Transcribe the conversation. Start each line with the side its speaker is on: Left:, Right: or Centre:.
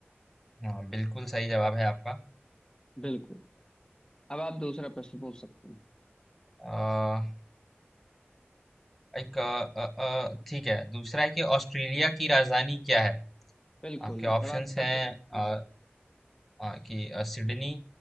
Centre: हाँ बिल्कुल सही जवाब है आपका
Left: बिल्कुल अब आप दूसरा प्रश्न पूछ सकते हैं
Centre: अ, एक अ, अ, अ, ठीक है दूसरा है कि ऑस्ट्रेलिया की राजधानी क्या है
Left: बिल्कुल
Centre: आपके ऑप्शंस
Left: बड़ा अच्छा
Centre: हैं
Left: प्र...
Centre: अ,
Left: हाँ
Centre: अ, कि अ, सिडनी